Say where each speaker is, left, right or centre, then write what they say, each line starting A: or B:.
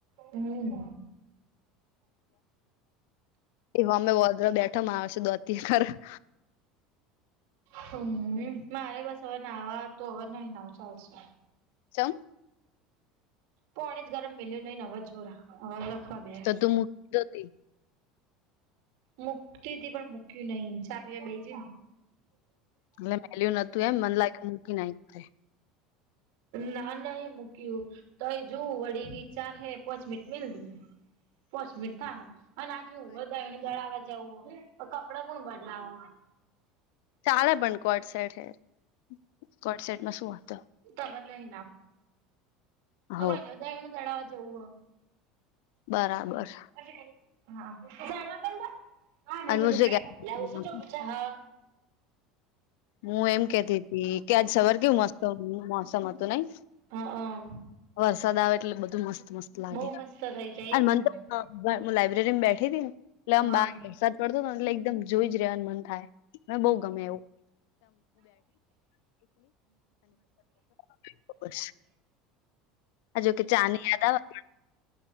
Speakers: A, on the right; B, on the left.
A: હમ
B: એ હોમે વોદરો બેઠોમાં આવ છે. <inaudible>
A: હમ મારે બસ હવે નાવા તો હવે નહી નાવ ચાલશે
B: ચમ??
A: પાણી જ ગરમ મિલ્યું નહી હવે જોરા હવે લખવા બે
B: તો તું મૂકી દોતી
A: મુક્તિથી પણ મુક્યું નહી ચા પીવા બે જ
B: એટલે મેલું નતું એમ મન લાગે મૂકી ના
A: ના-ના એ મૂક્યું તો એ જોવું વળી વિચાર હે પોચ મિનટ મેલ પોચ મિનિટ થા અને આચુ હોય દ દળાવવા જવું હોય કપડા કોણ બદલાવ
B: ચાલે પણ કોટસેટ હે તો કોટસેટમાં શું વાંધો?
A: <unintelligible> દરણું દળાવવા
B: હો
A: જવું હો
B: બરાબર
A: <unintelligible>
B: અને હું શું હું એમ કેતી હતી કે આજ સવાર કેવું મસ્ત મોસમ હતું નઈ
A: હા-હ
B: વરસાદ આવે એટલે બધું મસ્ત મસ્ત લાગે
A: બહુ મસ્ત થઇ જાય એજ
B: અને મર
A: ને.
B: હા હ લાયબ્રેરી માં બેઠી હતી ને એટલે આમ
A: હા
B: બહાર વરસાદ પડતો હતોને એટલે એકદમ જોઈ જ રવાનું મન થાય. હ બઉુ ગમે એવું. <unintelligible> હ જોકે ચાની યાદ આવે.